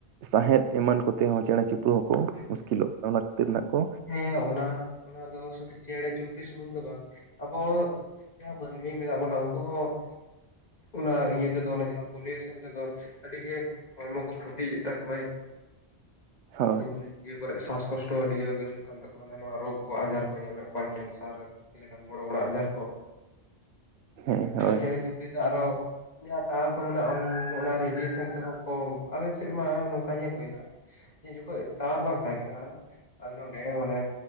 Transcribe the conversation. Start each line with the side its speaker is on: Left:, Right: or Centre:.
Right: ᱥᱟᱸᱟᱦᱮᱫ ᱮᱢᱟᱱ ᱠᱚᱛᱮ ᱦᱚᱸ ᱪᱮᱬᱮ ᱪᱩᱯ ᱛᱚ ᱠᱚ
Left: ᱦᱩᱸ
Right: ᱢᱩᱥᱠᱤᱞᱚᱜ ᱠᱟᱱᱟ ᱚᱱᱟ ᱠᱷᱟᱹᱛᱤᱨ ᱱᱟᱜ ᱠᱚ
Left: ᱦᱮᱸ ᱚᱱᱟ ᱚᱱᱟ ᱫᱚ ᱥᱩᱫᱷᱩ ᱪᱮᱬᱮ ᱪᱩᱯᱲᱤ ᱥᱩᱢᱩᱝ ᱫᱚ ᱵᱟᱝ ᱟᱵᱚ ᱡᱟᱦᱟᱸ ᱢᱟᱹᱱᱢᱤ ᱢᱮᱱᱟᱜ ᱵᱚᱱᱟ ᱩᱱᱠᱩ ᱦᱚᱸ ᱚᱱᱟ ᱤᱭᱟᱹ ᱛᱮᱫᱚ ᱚᱱᱮ ᱡᱟᱦᱟᱸ ᱯᱚᱞᱤᱭᱮᱥᱚᱱ ᱛᱮᱫᱚ ᱟᱹᱰᱤᱜᱮ ᱦᱚᱲᱢᱚ ᱠᱚ ᱠᱷᱚᱛᱤᱭᱮᱫ ᱛᱟᱠᱚᱣᱟᱭ
Right: ᱦᱳᱭ
Left: ᱤᱥᱴᱤᱢᱞᱤ ᱤᱭᱟᱹ ᱠᱚᱨᱮ ᱥᱟᱥ ᱠᱚᱥᱴᱚ ᱟᱹᱰᱤ ᱡᱳᱨᱜᱮ ᱦᱳᱭᱳᱜ ᱠᱟᱱ ᱛᱟᱠᱚᱣᱟ ᱦᱟᱱᱟ ᱱᱟᱣᱟ ᱨᱳᱜᱽ ᱠᱚ ᱟᱡᱟᱨ ᱠᱚ ᱧᱟᱢᱮᱫ ᱠᱚᱣᱟ ᱠᱮᱱᱥᱟᱨ ᱞᱮᱠᱟᱱ ᱵᱚᱲᱚ ᱵᱚᱲᱚ ᱟᱡᱟᱨ ᱠᱚ
Right: ᱦᱮᱸ ᱦᱳᱭ
Left: ᱟᱨ ᱪᱮᱬᱮ ᱪᱩᱯᱲᱤ ᱫᱚ ᱟᱨᱚ ᱡᱟᱦᱟᱸ ᱴᱟᱣᱟᱨ ᱠᱚ ᱢᱮᱱᱟᱜᱼᱟ ᱚᱱᱟ ᱨᱮᱰᱤᱭᱳᱥᱮᱱᱴᱟᱨ ᱦᱚᱸᱠᱚ ᱟᱞᱮᱥᱮᱫ ᱢᱟ ᱱᱚᱝᱠᱟ ᱧᱮᱞ ᱦᱳᱭᱱᱟ᱾ ᱡᱮ ᱡᱚᱠᱷᱚᱡ ᱴᱟᱣᱟᱨ ᱵᱟᱝ ᱛᱟᱦᱮᱸ ᱠᱟᱱᱟ ᱟᱞᱮ ᱱᱚᱱᱰᱮ ᱢᱟᱱᱮ